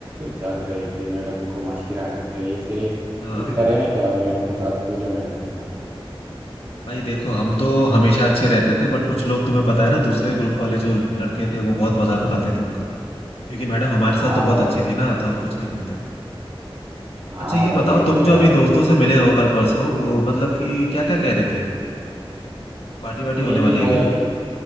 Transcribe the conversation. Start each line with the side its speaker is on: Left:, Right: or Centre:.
Right: चल रहे थे मैडम को मशकिरा करते हैं ऐसे
Left: हाँ
Right: ऐसे करे ना क्या मैडम के साथ पूजा मैडम के साथ
Left: भाई देखो हम तो हमेशा अच्छे रहते थे बट कुछ लोग तुम्हें पता है ना दूसरे ग्रुप वाले जो लड़के थे वो बहुत मजाक उड़ाते थे उनका क्योंकि मैडम हमारे
Right: हाँ
Left: साथ तो बहुत
Right: भाई
Left: अच्छी थी ना तो हम कुछ नहीं बोलते थे
Right: हाँ
Left: अच्छा ये
Right: भाई
Left: बताओ
Right: यही
Left: तुम
Right: तो याद
Left: जो अभी
Right: है
Left: दोस्तों से मिले हो कल परसों वो मतलब कि क्या क्या कह रहे थे पार्टी वार्टी
Right: एक
Left: होने
Right: ही
Left: वाली है
Right: बोला
Left: क्या
Right: कि